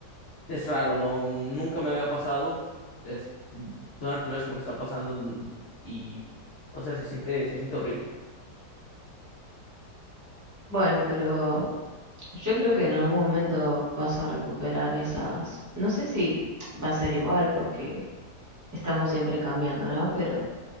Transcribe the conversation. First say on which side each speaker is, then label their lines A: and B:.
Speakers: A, on the left; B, on the right.
A: es raro, ¿no? Nunca me había pasado. Es, son las primeras que me está pasando mm, y, o sea, se siente, se siente horrible.
B: Bueno, pero Yo creo que en algún momento vas a recuperar esas. No sé si va a ser igual porque estamos siempre cambiando, ¿no? Pero